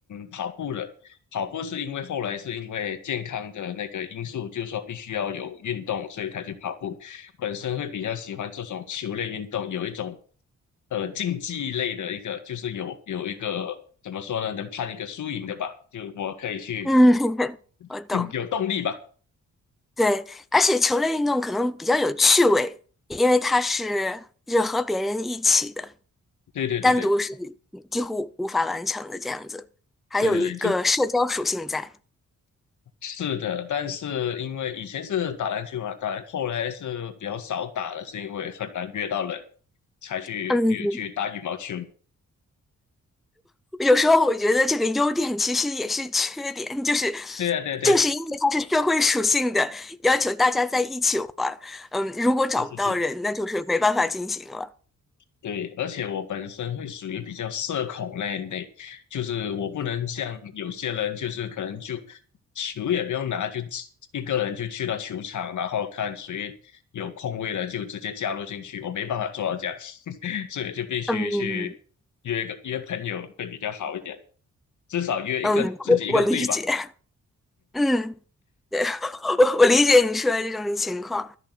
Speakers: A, on the left (about 75°); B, in the centre.
A: 跑步的，跑步是因为后来是因为健康的那个因素，就是说必须要有运动，所以才去跑步。本身会比较喜欢这种球类运动，有一种呃竞技类的一个，就是有有一个怎么说呢，能判一个输赢的吧，就我可以去
B: 嗯，<laughs> 我懂。
A: <laughs> 有动力吧。
B: 对，而且球类运动可能比较有趣味，因为它是就是和别人一起的，
A: 对对对对
B: 单独是几乎无法完成的这样子，还有一个社交属性在。
A: 对对对，就是的，但是因为以前是打篮球嘛，打篮后来是比较少打了，是因为很难约到人，才去比如去打羽毛球。
B: 嗯，有时候我觉得这个优点其实也是缺点，就是
A: 对呀、对呀、对呀、
B: 正是因为它是社会属性的，要求大家在一起玩儿，嗯，如果找不到人，
A: 是是是。
B: 那就是没办法进行了。
A: 对，而且我本身会属于比较社恐那一类，就是我不能像有些人，就是可能就球也不用拿，就自一个人就去到球场，然后看谁有空位了就直接加入进去，我没办法做到这样，<laughs> 所以就必须去约个约朋友会比较好一点，
B: 嗯，
A: 至少约一个自己一个队吧。
B: 嗯，我我理解。嗯。对，<laughs> 我我理解你说的这种情况，